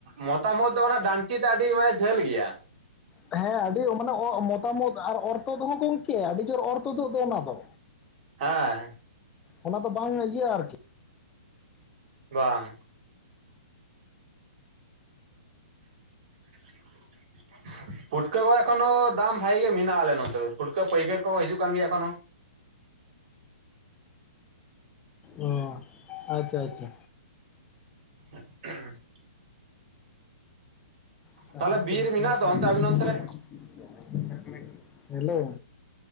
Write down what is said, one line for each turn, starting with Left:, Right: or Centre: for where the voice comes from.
Right: ᱢᱚᱛᱟᱢ ᱳᱫ ᱫᱚ ᱚᱱᱟ ᱰᱟᱱᱴᱤ ᱫᱚ ᱟᱹᱰᱤ ᱢᱟᱱᱮ ᱡᱷᱟᱹᱞ ᱜᱮᱭᱟ
Left: ᱦᱮᱸ ᱟᱹᱰᱤ ᱢᱟᱱᱮ ᱢᱚᱛᱟᱢ ᱳᱫ ᱟᱨ ᱚᱨᱛᱷᱚ ᱦᱚ ᱜᱚᱝᱠᱮ ᱟᱹᱰᱤ ᱡᱳᱨ ᱚᱨᱛᱷᱚ ᱫᱚᱜ ᱫᱚ ᱚᱱᱟ ᱫᱚ
Right: ᱦᱮᱸ
Left: ᱚᱱᱟ ᱫᱚ ᱵᱟᱝ ᱤᱭᱟᱹ ᱟᱨᱠᱤ
Right: ᱲᱟᱝ <inaudible> ᱯᱩᱴᱠᱟᱹ ᱠᱚ ᱮᱠᱷᱚᱱᱳ ᱫᱟᱢ ᱵᱷᱟᱜᱤ ᱜᱮ ᱢᱮᱱᱟᱜᱼᱟ ᱟᱞᱮ ᱱᱚᱛᱮ, ᱯᱩᱴᱠᱟᱹ ᱯᱟᱹᱭᱠᱟᱹᱨ ᱠᱚᱦ ᱦᱤᱡᱩᱜ ᱠᱟᱱ ᱜᱮᱭᱟ ᱮᱠᱷᱚᱱᱳ᱾
Left: ᱚ, ᱟᱪᱪᱷᱟ ᱟᱪᱪᱷᱟ᱾
Right: <inaudible>
Left: <unintelligible>
Right: ᱛᱟᱦᱚᱞᱮ ᱵᱤᱨ ᱢᱮᱱᱟᱜ ᱫᱚ ᱚᱱᱛᱮ ᱟᱹᱵᱤᱱ ᱚᱱᱛᱮ ᱨᱮ
Left: ᱦᱮᱞᱳ <unintelligible>